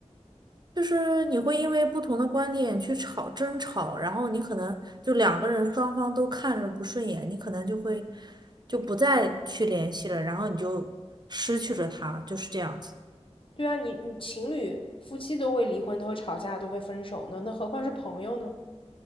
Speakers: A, on the right; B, on the left.
A: 就是你会因为不同的观点去吵争吵，然后你可能就两个人双方都看着不顺眼，你可能就会就不再去联系了，然后你就失去了他，就是这样子。
B: 对啊，你你情侣、夫妻都会离婚，都会吵架，都会分手呢，那何况是朋友呢？